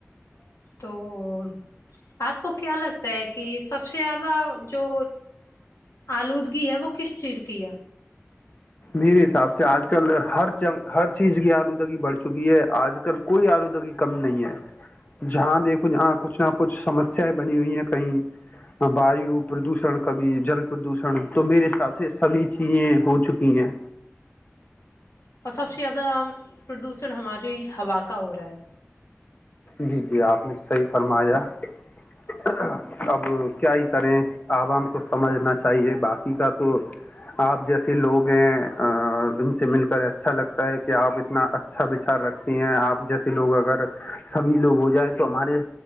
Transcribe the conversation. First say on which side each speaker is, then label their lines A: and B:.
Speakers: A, on the left; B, on the left.
A: تو <unintelligible> آپ کو کیا لگتا ہے کہ سب سے زیادہ جو آلودگی ہے وہ کس چیز کی ہے <unintelligible>
B: میرے حساب سے آج کل ہر ہر چیز کی آلودگی بڑھ چکی ہے آج کل کوئی آلودگی کم نہیں ہے جہاں دیکھو جہاں کچھ نہ کچھ سم <unintelligible> بنی ہوئی ہیں کہیں وایو پردوشن کبھی جل پردوشن تو میرے حساب سے سبھی چیزیں ہو چکی ہیں
A: اور سب سے زیادہ پردوشن ہماری ہوا کا ہو رہا ہے <unintelligible>
B: جی جی آپ نے صحیح فرمایا <unintelligible> ہاں <unintelligible> <unintelligible> اب کیا ہی کریں <unintelligible> <unintelligible> عوام کو سمجھنا چاہیے باقی کا تو آپ جیسے لوگ ہیں ان سے مل کر اچھا لگتا ہے کہ آپ اتنا اچھا بچار رکھتے ہیں آپ جیسے لوگ اگر سبھی لوگ ہو جائیں تو ہمارے